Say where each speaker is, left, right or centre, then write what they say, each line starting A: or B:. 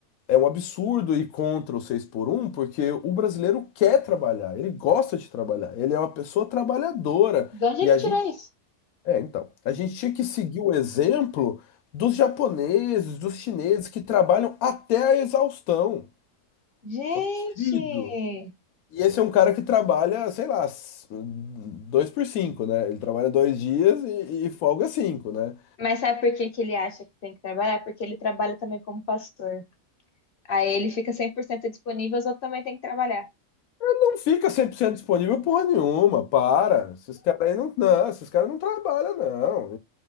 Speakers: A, on the left; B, on the left.
A: é um absurdo ir contra o 6 por um porque o brasileiro quer trabalhar, ele gosta de trabalhar, ele é uma pessoa trabalhadora.
B: De onde
A: E
B: ele
A: a
B: tirou
A: gente,
B: isso?
A: é, então, a gente tinha que seguir o exemplo dos japoneses, dos chineses que trabalham até a exaustão.
B: Gente!
A: Pô, Querido, e esse é um cara que trabalha, sei lá, s- dois por cinco, né? Ele trabalha dois dias e, e folga cinco, né?
B: Mas sabe por que que ele acha que tem que trabalhar? Porque ele trabalha também como pastor. Aí ele fica 100% disponível, os outros também têm que trabalhar.
A: Não fica 100% disponível porra nenhuma, para. Esses caras aí não, não, esses caras não trabalham, não.